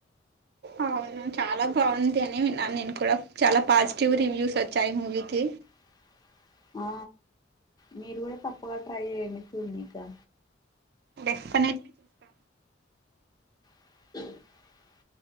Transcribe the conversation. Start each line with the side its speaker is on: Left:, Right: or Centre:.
Right: అవును చాలా బావుంది అని విన్నాను నేను కూడా చాలా పాజిటివ్ రివ్యూస్ వచ్చాయి మూవీకి
Left: <inaudible> ఆ మీరు గూడ తప్పగా ట్రై చేయండి చూడనీకా
Right: డెఫ్ఫనెట్లీ చూస్తా
Left: అ <inaudible>